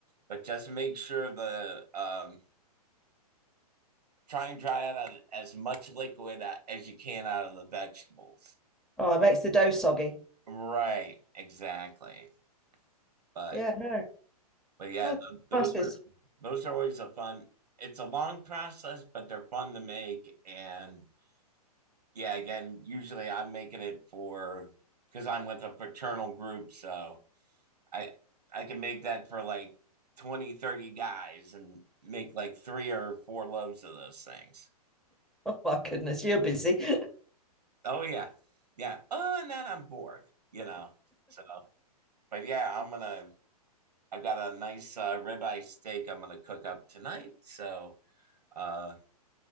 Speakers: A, on the right; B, in the centre.
A: but just make sure the um, try and dry out as much liquid uh, as you can out of the vegetables.
B: Oh, it makes the dough soggy.
A: Right, exactly. But
B: Yeah, no,
A: but yeah,
B: no,
A: th- those
B: nice biz.
A: are those are always a fun. It's a long process, but they're fun to make. And yeah, again, usually I'm making it for because I'm with a fraternal group, so I I can make that for like 20, 30 guys and make like three or four loaves of those things.
B: Oh my goodness, you're busy.
A: Oh yeah. Yeah. Oh, and then I'm bored, you know. So, but yeah, I'm gonna I've got a nice uh, ribeye steak I'm going to cook up tonight. So, uh,